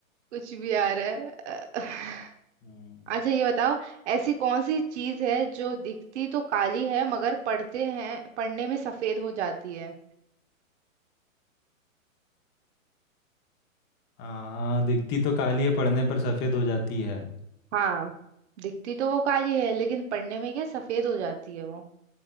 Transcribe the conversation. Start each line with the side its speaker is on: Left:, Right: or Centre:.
Right: कुछ भी आ रहा है <laughs>
Left: हम्म
Right: अच्छा ये बताओ ऐसी कौन सी चीज है जो दिखती तो काली है मगर पढ़ते हैं पढ़ने में सफेद हो जाती है
Left: हाँ दिखती तो काली है पढ़ने पर सफेद हो जाती है
Right: हाँ दिखती तो वो काली है लेकिन पढ़ने में क्या सफेद हो जाती है वो